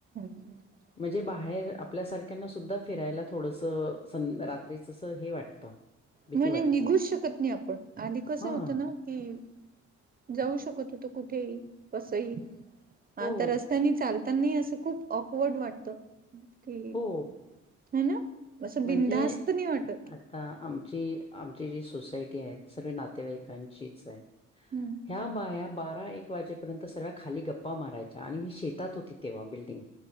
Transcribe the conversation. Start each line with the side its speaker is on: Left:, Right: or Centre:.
Right: <unintelligible>
Left: म्हणजे बाहेर आपल्यासारख्यांना सुद्धा फिरायला थोडसं सं रात्रीचस हे वाटतं. भीती
Right: म्हणे
Left: वाटते.
Right: निघूच शकत नाही आपण आधी कसं
Left: हां.
Right: होतं ना. कि, जाऊ शकत होतो कुठेही, कसही. हा
Left: हो,
Right: तर रस्त्यानी चालता नाही असं खूप ऑकवर्ड वाटत. ती,
Left: हो.
Right: हाय ना. असं
Left: म्हणजे,
Right: बिंधास्त नाही वाटत
Left: आ आता आमची आमची जी सोसायटी आहे सर्व नातेवाईकांचीच आहे.
Right: हम्म
Left: ह्या बाया बारा एक एक वाजेपर्यंत सगळ्या खाली गप्पा मारायच्या आणि ही शेतात होती तेव्हा बिल्डिंग.